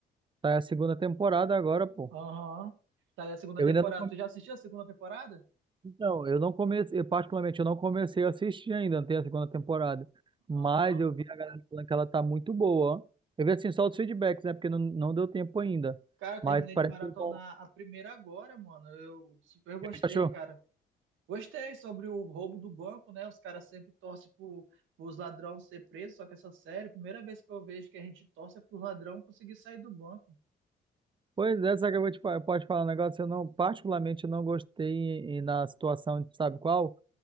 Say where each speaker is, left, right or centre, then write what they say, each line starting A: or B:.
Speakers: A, on the right (about 25°); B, on the right (about 80°).
A: sai a segunda temporada agora, pô.
B: Aham. Saiu a segunda
A: Eu
B: temporada.
A: ainda não, come-
B: Tu já assistiu a segunda temporada?
A: então, eu não comecei, eu, particularmente eu não comecei a assistir ainda, não tem a segunda temporada. Mas
B: Aham.
A: eu vi a galera falando que ela tá muito boa, ó. Eu vi assim só os feedbacks, né, porque não, não deu tempo ainda.
B: Cara, eu
A: Mas
B: terminei
A: parece
B: de maratonar
A: que eles vão, O
B: a primeira agora, mano. Eu super gostei,
A: que tu achou?
B: cara. Gostei sobre o roubo do banco, né? Os caras sempre torcem pro, pros ladrões ser presos, só que essa série, primeira vez que eu vejo que a gente torce é pro ladrão conseguir sair do banco.
A: Pois é, só que eu vou te falar, pode falar um negócio, eu não, particularmente eu não gostei e, na situação, sabe qual?